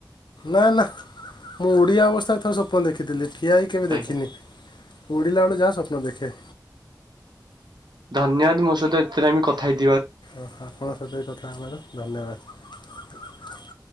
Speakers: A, on the left; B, on the right.
A: ନା ନା ମୁଁ ଓଡିଆ ଅବସ୍ଥାରେ ଥର ସ୍ୱପ୍ନ ଦେଖିଥିଲି। ଠିଆ ହେଇକି କେବେ
B: ଆଜ୍ଞା।
A: ଦେଖିନି ମୁଁ ଉଡ଼ିଲା ବେଳେ ଯାହା ସ୍ୱପ୍ନ ଦେଖେ।
B: ଧନ୍ୟବାଦ ମୋ ସହିତ ଏଥିରେ ଆମେ କଥା ହେଇ
A: ଓହୋ ଆପଣଙ୍କ ସହ କଥା ହେବାରୁ ଧନ୍ୟବାଦ।